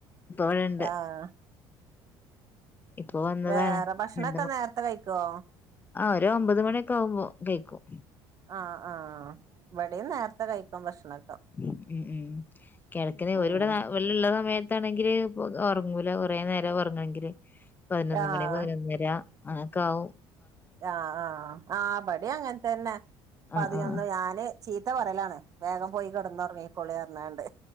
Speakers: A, on the left (about 20°); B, on the right (about 40°).
A: ഇപ്പൊ ഇവിടെ ഇണ്ട്
B: ആഹ്
A: ഇപ്പൊ വന്നതാണ്
B: വേറെ ഭക്ഷണൊക്കെ
A: എ
B: നേരത്തെ കഴിക്കോ
A: ആ ഒരു ഒമ്പത് മണിയൊക്കെ ആവുമ്പോ കേൾക്കും
B: ആഹ ആഹ് ഇവിടെയും നേരത്തെ കഴിക്കും ഭക്ഷണം
A: ഉം ഉം കിഴക്കന്
B: ഉം
A: ഒരുവിടെ ആ വെള്ളിയള്ള സമയത്ത് താണെങ്കില് ഇ ഉറങ്ങൂല കുറേ നേരം ഉറങ്ങണെങ്കില് പതിനൊന്ന്
B: ആഹ്
A: മണി പതിനൊന്നര അങ്ങനൊക്കെ ആാവും
B: ആ ആഹ് ആ പടി അങ്ങനെത്തന്നെ
A: ആഹ്
B: പതിൊന്ന്ു
A: ആഹ്
B: ഞാന് ചീത്ത പറയലാണ് വേഗം പോയി കിടന്നു ഉറങ്ങിക്കോളി ഇറഞ്ഞാണ്ട്